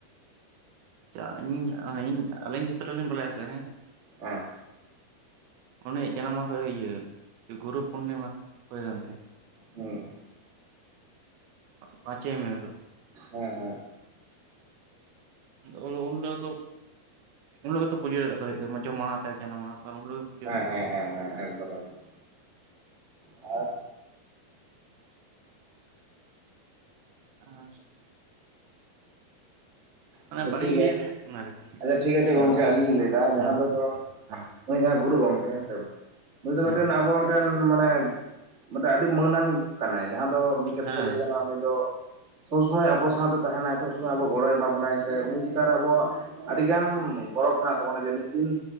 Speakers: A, on the right; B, on the right.
A: ᱟᱪᱷᱟ ᱤᱧ ᱤᱧ ᱟᱹᱞᱤᱧ ᱡᱚᱛᱚᱴᱟ ᱞᱤᱧ ᱵᱟᱞᱟᱭᱟ ᱥᱮ ᱦᱮᱸ᱾
B: ᱦᱮ᱾
A: ᱩᱱᱤᱭᱟᱜ ᱡᱟᱱᱟᱢ ᱢᱟᱦᱟ ᱫᱚ ᱤᱭᱟᱹ ᱜᱩᱨᱩ ᱯᱩᱨᱱᱤᱢᱟ ᱨᱮ ᱦᱳᱭ ᱠᱟᱱ ᱛᱟᱦᱮ᱾
B: ᱦᱩᱸ᱾
A: ᱯᱟᱸᱪᱮ ᱢᱮ ᱦᱤᱞᱳᱜ᱾
B: ᱦᱮᱸ ᱦᱮᱸ᱾
A: ᱩᱱ ᱩᱱ ᱦᱤᱞᱟᱹᱜ ᱜᱮᱠᱩ᱾ ᱩᱱ ᱦᱤᱞᱳᱜ ᱜᱮᱛᱚ ᱯᱩᱡᱟᱹ ᱴᱟᱜ ᱫᱚ ᱦᱳᱭᱳᱜ ᱜᱮᱭᱟ ᱢᱟᱪᱚ ᱢᱟᱱᱟ ᱛᱟᱭ ᱡᱟᱱᱟᱢ ᱢᱟᱦᱟ ᱟᱨ ᱩᱱ ᱦᱤᱞᱳᱜ ᱜᱤ
B: ᱦᱮᱸ ᱦᱮᱸ ᱦᱮᱸ ᱦᱮᱸ ᱮᱠᱫᱚᱢ ᱮᱠᱫᱚᱢ᱾ ᱟᱨ᱾
A: ᱟᱨ᱾ ᱢᱟᱱᱮ
B: ᱟᱪᱪᱷᱟ
A: ᱵᱟᱞᱤᱧ
B: ᱴᱷᱤᱠ ᱜᱮᱭᱟ
A: ᱞᱟᱹᱭ ᱫᱟᱲᱮᱜ ᱠᱟᱱᱟ᱾ ᱟᱨᱠᱤ
B: ᱟᱪᱪᱷᱟ ᱴᱷᱤᱠ ᱜᱟᱪᱷᱮ
A: ᱚᱱᱟ
B: ᱜᱚᱢᱠᱮ
A: ᱵᱟᱨᱮ
B: ᱟᱞᱤᱧ
A: ᱦᱮᱸ
B: ᱞᱤᱧ ᱞᱟᱹᱭᱫᱟ ᱡᱟᱦᱟᱸ
A: ᱦᱮᱸ
B: ᱫᱚ ᱡᱮᱢᱚᱱ
A: ᱦᱮᱸ
B: ᱱᱩᱭ ᱡᱟᱦᱟᱸ ᱜᱩᱨᱩ ᱜᱚᱢᱠᱮ ᱦᱮᱸᱥᱮ᱾ ᱱᱩᱭ ᱫᱚ
A: ᱦᱮᱸ
B: ᱢᱮᱴᱮᱱ ᱟᱵᱚ ᱢᱮᱴᱮᱱ ᱢᱟᱱᱮ ᱢᱮᱴᱮᱜ ᱟᱰᱤ ᱢᱟᱹᱱ ᱟᱱ ᱠᱟᱱᱟᱭ ᱡᱟᱦᱟᱸ ᱫᱚ ᱢᱤᱫ᱾ ᱠᱟᱛᱷᱟᱛᱮ
A: ᱦᱮᱸ
B: ᱞᱟᱹᱭ ᱜᱟᱱ-ᱟ ᱱᱩᱭ ᱫᱚ ᱥᱚᱵ ᱥᱚᱢᱚᱭ ᱟᱵᱚ ᱥᱟᱶᱛᱮ ᱛᱟᱦᱮᱱᱟᱭ ᱥᱚᱵ ᱥᱚᱢᱚᱭ ᱟᱵᱚ ᱜᱚᱲᱚᱭ ᱮᱢᱟ ᱵᱚᱱᱟᱭ᱾ ᱪᱮᱛᱟᱱᱨᱮ ᱟᱵᱚᱣᱟᱜ ᱟᱵᱚᱣᱟᱜ ᱟᱰᱤᱜᱟᱱ ᱜᱚᱨᱚᱵᱽ ᱦᱮᱱᱟᱜ ᱛᱟᱵᱚᱱᱟ ᱡᱮ ᱢᱤᱫ ᱫᱤᱱ᱾